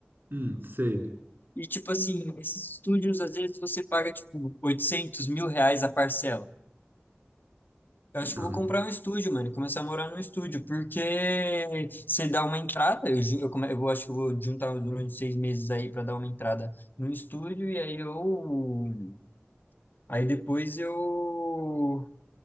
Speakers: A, on the right (about 55°); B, on the left (about 50°).
A: hum, sei.
B: E, tipo assim, esses estúdios, às vezes você paga, tipo, oitocentos mil reais a parcela. Eu acho que
A: Ah.
B: eu vou comprar um estúdio, mano, e começar a morar num estúdio, porque você dá uma entrada, eu, ju- eu, come- eu vou- acho que eu vou juntar durante seis meses aí para dar uma entrada num estúdio, e aí eu. Aí depois eu